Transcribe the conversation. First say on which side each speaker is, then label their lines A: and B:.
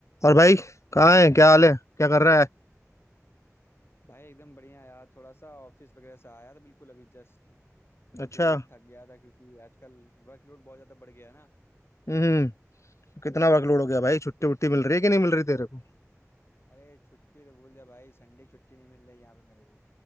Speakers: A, on the left (about 65°); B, on the left (about 45°).
A: और भाई कहाँ है क्या हाल है क्या कर रहा है
B: भाई एकदम बढ़िया यार थोड़ा सा ऑफिस वगैरह से आया था बिल्कुल अभी जस्ट काफी
A: अच्छा
B: थक गया था क्योंकि आजकल वर्कलोड बहुत ज्यादा बढ़ गया है ना
A: हम्म कितना वर्कलोड हो गया भाई छुट्टी उट्टी मिल रही है कि नहीं मिल रही तेरे को
B: अरे छुट्टी तो भूल जा भाई संडे की छुट्टी नहीं मिल रही यहाँ पे मेरे को